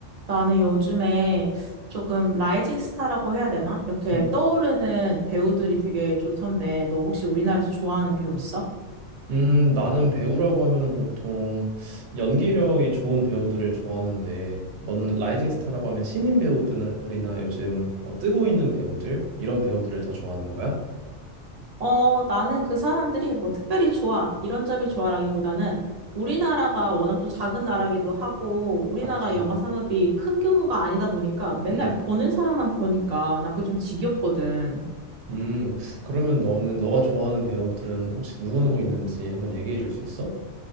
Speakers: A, on the right (about 50°); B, on the right (about 70°).
A: 나는 요즘에 조금 라이징 스타라고 해야 되나? 이렇게
B: 음,
A: 떠오르는 배우들이 되게 좋던데, 너 혹시 우리나라에서 좋아하는 배우 있어?
B: 음, 나는 배우라고 하면은 보통 연기력이 좋은 배우들을 좋아하는데, 너는 라이징 스타라고 하면 신인 배우들이나 요즘 어, 뜨고 있는 배우들, 이런 배우들을 더 좋아하는 거야?
A: 어, 나는 그 사람들이 뭐 특별히 좋아, 이런 점이 좋아라기보다는 우리나라가 워낙 또 작은 나라기도 하고, 우리나라
B: 맞지.
A: 영화 산업이 큰 규모가 아니다 보니까 맨날
B: 음.
A: 보는 사람만 보니까 난 그게 좀 지겹거든.
B: 음, 그러면 너는, 너가 좋아하는 배우들은 혹시 누구누구 있는지 한번 얘기해 줄 수 있어?